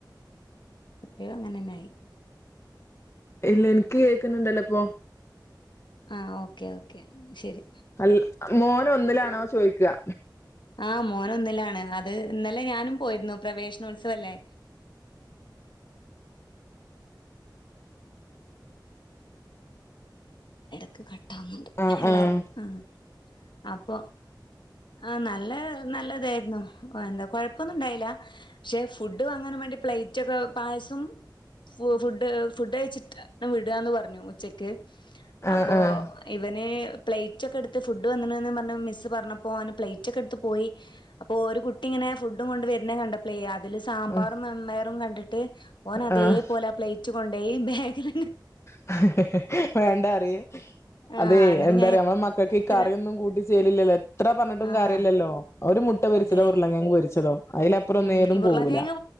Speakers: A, on the left; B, on the left.
A: ഇപ്പോഴും അങ്ങനെന്നെയി..
B: ഇല്ല എനിക്ക് കേൾക്കുന്നുണ്ടല്ലോ ഇപ്പൊ..
A: ആഹ ഓക്കെ ഓക്കേ ശെരി..
B: അൽ മോന് ഒന്നിലാണോ ചോയ്ക്കാ..
A: ആഹ് മോന് ഒന്നിലാണ് അത് ഇന്നലെ ഞാനും പോയിരുന്നു പ്രവേശനോത്സവല്ലേ എടക്ക് കട്ടാക്കുന്നുണ്ട്
B: ആഹ്
A: ഹലോ
B: ആഹ്
A: ആ അപ്പൊ ആ നല്ല നല്ലതായിരുന്നു അ എന്താ കൊഴപ്പൊന്നും ഇണ്ടായില്ല പക്ഷെ ഫുഡും വാങ്ങാനും വേണ്ടി പ്ലേറ്റ് ഒക്കെ പായസം ഫു ഫുഡ് ഫുഡ് അയച്ചിട്ട വിടാന്ന് പറഞ്ഞു ഉച്ചക്ക്
B: ആഹ്
A: അപ്പോ
B: ആഹ്
A: ഇവന് പ്ലേറ്റ് ഒക്കെ എടുത്ത് ഫുഡ് വന്ന്ക്ണ് പറഞ്ഞപ്പോ മിസ്സ് പറഞ്ഞ അപ്പൊ ഓന് പ്ലേറ്റ് ഒക്കെ എടുത്ത് പോയി അപ്പോ ഒരു കുട്ടി ഇങ്ങനെ ഫുഡും കൊണ്ട് വരുന്ന കണ്ടപ്പാളെ അതിൽ സാമ്പാറും
B: ഉം
A: മൺപയറും കണ്ടിട്ട് ഓൻ അതേപോലെ
B: ആഹ്
A: ആ പ്ലയ്റ്റ് കൊണ്ടോയി ബാഗിൽ
B: <unintelligible> വേണ്ട പറയ്
A: ആഹ്
B: അതെ
A: എന്നിട്ട്
B: എന്താന്നറിയൊ
A: ഞാൻ എത്ര
B: നമ്മളെ മക്കൾക്ക് ഈ കറിയൊന്നും കൂട്ടി ചെല് ഇല്ലാല്ലോ ഇത്ര പറഞ്ഞിട്ടും
A: ആഹ്
B: കാര്യ ല്ലല്ലോ ഒരു മുട്ട പൊരിച്ചതോ
A: അതെ
B: ഉരുള കിഴങ് പരിച്ചതോ അതിലപ്പറൊന്നും
A: ഉം
B: ഏതും
A: ഉരുളക്കിഴങ്ങ്
B: പോവൂല്ല